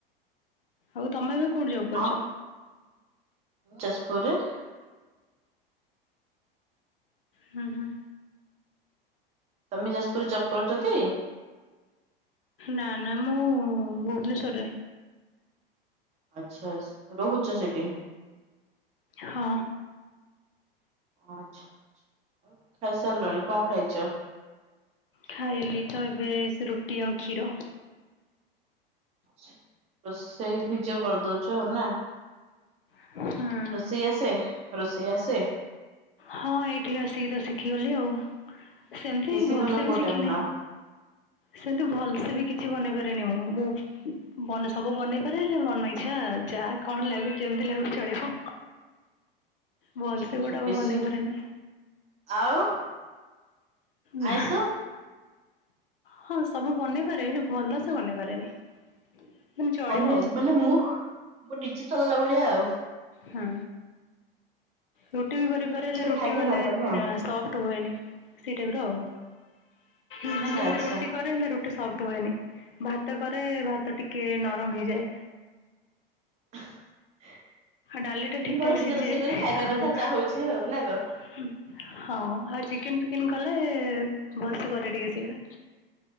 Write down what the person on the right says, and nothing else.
ହଁ ଯାଜପୁରରେ
ତମେ ଯାଜପୁର ଜବ କରୁଛ ତି?
ଆଚ୍ଛା ଆଚ୍ଛା ରହୁଛ ସେଇଠି?
ଆଛା ଆଉ ଖାଇସାରିଲଣି କଣ ଖାଇଛ?
ଛା ରୋସେଇ ନିଜେ କରିଦଉଛୁ ଆଉ ନା?
ରୋଷେଇ ଆସେ ରୋଷେଇ ଆସେ?
ବେଶୀ
ଭଲ
କୋଉଟା
ବନାଅ?
ଆଚ୍ଛା
ଆଚ୍ଛା
ବେଶୀ
ଆଉ
ଆଇଁଷ
ପନିର
ମାନେ ମୁଁ ମୁଁ ନିଜେ ଚଲିଲା ଭଳିଆ ଆଉ
ମୁଁ
ଯେମିତି
ମୋର
ମୁଠେ
ଖାଇକି
କରିପାରିବି ଆଉ।
ଆଚ୍ଛା
ଆଚ୍ଛା
ଆଉ
<inaudible>
ମୁଁ
ମୋର
ନିଜେ
ରୋଷେଇ କରି ଖାଇବା
କଥା
ଯାହା ହଉଚି ଆଉ ନା କଣ?